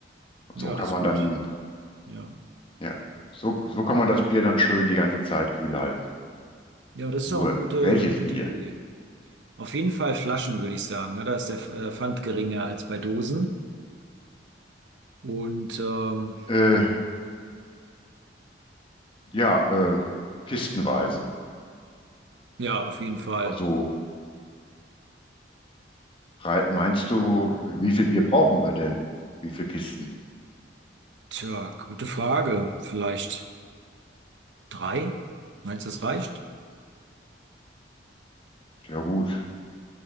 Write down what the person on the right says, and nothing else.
Ja,
das
ist gut.
Ja.
Ja, das ist
doch eine gute,
gute
Idee. Auf jeden Fall Flaschen, würde ich sagen. ne? Da ist der äh, Pfand geringer als bei Dosen. Und ähm,
ja, auf jeden Fall.
Tja, gute Frage. Vielleicht drei? Meinst du, das reicht?